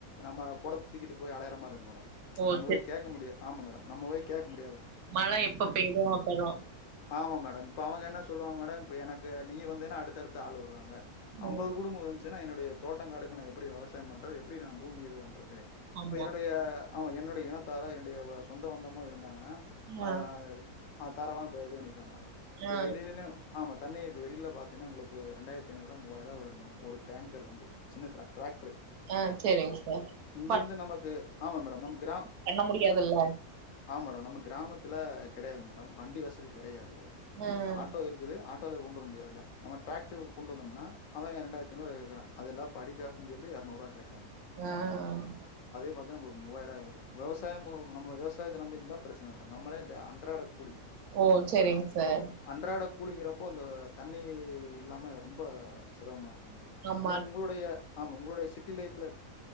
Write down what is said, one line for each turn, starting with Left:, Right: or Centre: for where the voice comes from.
Left: நம்ம கொட சுத்திட்டுக்கிட்டு போய் அலையுரா மாரி இருக்கு மேடம்
Right: ஓ செர்
Left: கேக்க முடிய ஆமா மேடம் நம்ம போய் கேக்க முடியாது ல
Right: மழை எப்ப பெய்யுதோ அப்பதா
Left: ஆமா மே மேடம் இப்போ அவங்க என்ன சொல்லுவாங்க மேடம் இப்போ எனக்கு நீ வந்தனா அடுத்தடுத்து ஆள் வருவாங்க அம்பது
Right: ம்
Left: குடும்போ சன்னா என்னுடைய தோட்டங் காடுக்கு நா எப்புடி வெவசாயம் பண்றது எப்புடி நா பூமி இது பண் இது
Right: ஆமா
Left: இப்ப என்னுடைய ஆமா என்னுடைய இனத் த என்னுடைய சொந்த பந்தமோ இருந்தாங்க ங்னா அதா
Right: ஆ
Left: அ ஆ தரலா பெய்து நிக்கலா மேடம் இப்ப
Right: ஆ
Left: வெளிளேலா ஆமா தண்ணி இப்ப வெளியில பாத்திங்ன்னா உங்களுக்கு ரெண்டாயிரத்து ஐநூறு ரூபாய் மூவாயிரூபாய் வருது மேடம் ஒரு டேங்கர் வண்டி சின்ன ச டிராக்டர்
Right: ஆ சேரிங்க சார்
Left: இங்கெருந்து
Right: ப
Left: நமக்கு ஆமா மேடம் நம்ம கிராம
Right: பண்ண முடியாதுல்ல
Left: ஆம் மேடம் நம்ம கிராமத்துல கெடையாது மேடம் வண்டி வசதி கெடையாது
Right: ம்
Left: து ஆட்டோ இருக்குது ஆட் ட்வ கொண்டு வர முடியாதுல்ல நம்ம டிராக்டர் கொண்டு வந்தொம்னா அவன் இரண்டாயிரத்தி ஐந்நூறு வாய் கேக்குறா அதெல்லா படிக்காசுனு சொல்லி இருநூறு ரூவா கேக்கு
Right: ஆஹ்
Left: இப்ப தா உங்களுக்கு மூவாயிரோ வருது வெவசாயமும் நம்ம விவசாயத்தை நம்பி இருதா பிரச்சன மேடம் நம்மளே டே அன்றாட கூலி
Right: ஓ சரிங்க சார்
Left: அன்றாட கூலிங்கிறப்போ அந்த தண்ணி இல்லாம ரொம்ப சிரமமாருக் மேடம்
Right: ஆமா
Left: நீங்க உங்களுடைய ஆமா உங்களுடைய சிட்டி லைஃப்ல